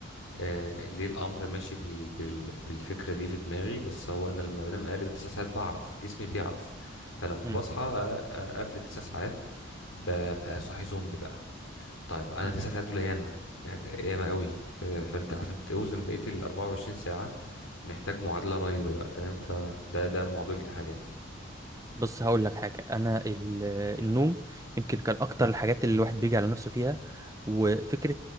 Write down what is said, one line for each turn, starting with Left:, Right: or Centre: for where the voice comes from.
Left: آه، ليه الامر ماشي بال بال بالفكره دي في دماغي بس هو انا لما بنام اقل من تسع ساعات بعرف جسمي بيعرف فلما
Right: إمم،
Left: بصحى آه، آه، قبل تسع ساعات ببقى صاحي زومبي بقى طيب انا
Right: إمم.
Left: تسع ساعات دول ياما يعني ياما قوي آه، فانت عشان توزن بقيه ال 24 محتاج معادلة رهيبة بقى فاهم فده ده معضلتي حاليا
Right: بص هقول لك حاجة أنا ال- النوم يمكن كان أكتر الحاجات اللي الواحد بيجي على نفسه فيها وفكرة